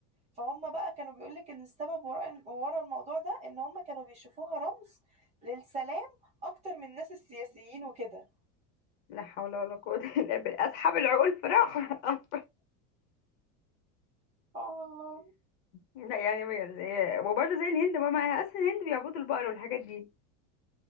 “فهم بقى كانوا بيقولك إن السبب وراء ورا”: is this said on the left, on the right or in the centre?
Right